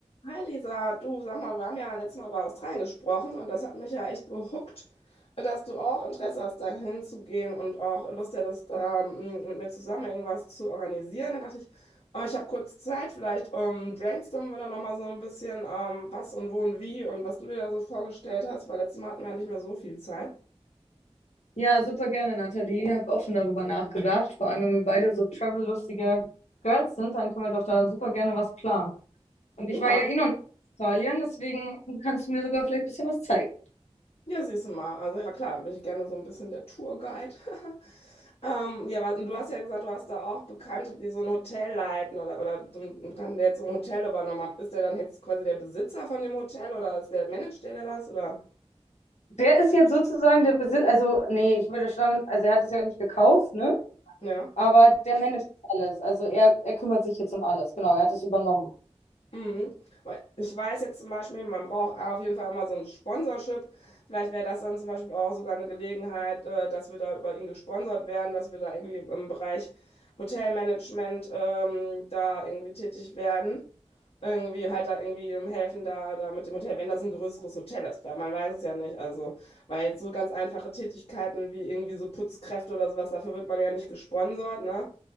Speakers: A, on the left; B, on the left.
A: Hi Lisa, du sag mal, wir haben ja letztes Mal über Australien gesprochen und das hat mich ja echt behuckt, dass du auch Interesse hast, da hinzugehen und auch Lust hättest, ähm, mit mir zusammen irgendwas zu organisieren. Dann dachte ich, oh, ich habe kurz Zeit, vielleicht ähm, brainstormen wir da nochmal so ein bisschen, ähm, was und wo und wie und was du dir da so vorgestellt hast, weil letztes Mal hatten wir ja nicht mehr so viel Zeit.
B: Ja, super gerne, Nathalie. Hab auch schon darüber nachgedacht. Vor allem, wenn wir beide so travel-lustige Girls sind, dann können wir doch da super gerne was planen. Und ich
A: Ja.
B: war ja eh noch nicht in Italien, deswegen kannst du mir sogar vielleicht ein bisschen was zeigen.
A: Ja, siehst du mal. Also ja, klar, da bin ich gerne so ein bisschen der Tourguide. <laughs> Ähm, ja, was, und du hast ja gesagt, du hast da auch Bekannte, die so ein Hotel leiten oder, oder so einen Bekannten, der jetzt so ein Hotel übernommen hat. Ist der dann jetzt quasi der Besitzer von dem Hotel oder ist der, managt der das oder?
B: Der ist jetzt sozusagen der Besitz, also nee, ich würde sagen, also er hat es ja nicht gekauft, ne?
A: Ja.
B: Aber der managt alles. Also er, er kümmert sich jetzt um alles. Genau, er hat es übernommen.
A: Mhm. Weil Ich weiß jetzt zum Beispiel, man braucht auf jeden Fall immer so ein Sponsorship. Vielleicht wäre das dann zum Beispiel auch sogar eine Gelegenheit, äh, dass wir da über ihn gesponsert werden, dass wir da irgendwie im Bereich Hotelmanagement ähm, da irgendwie tätig werden. Irgendwie halt da irgendwie im helfen da, da mit dem Hotel, wenn das ein größeres Hotel ist, weil man weiß es ja nicht. Also, weil jetzt so ganz einfache Tätigkeiten wie irgendwie so Putzkräfte oder sowas, dafür wird man ja nicht gesponsert, ne?